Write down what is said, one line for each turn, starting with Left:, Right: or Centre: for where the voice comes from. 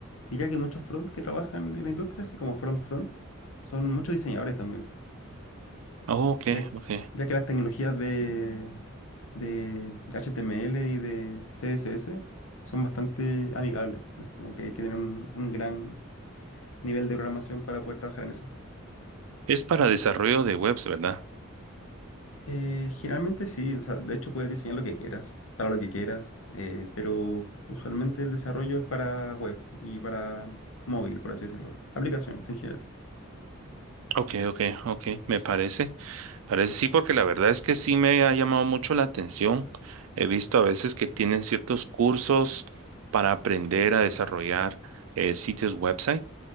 Left: diría que muchos front que trabajan en la industria, así como front front, son muchos diseñadores también,
Right: oh, ok,
Left: ya, que-
Right: ok.
Left: ya que las tecnologías de, de HTML y de CSS son bastante amigables, ¿no? Es como que hay que tener un, un gran nivel de programación para poder trabajar en eso.
Right: Es para desarrollo de webs, ¿verdad?
Left: Eh, generalmente sí, o sea, de hecho puedes diseñar lo que quieras, para lo que quieras, eh, pero usualmente el desarrollo es para web y para móvil, por así decirlo, aplicaciones en general.
Right: Ok, ok, ok, me parece, parece sí, porque la verdad es que sí me ha llamado mucho la atención. He visto a veces que tienen ciertos cursos para aprender a desarrollar eh, sitios website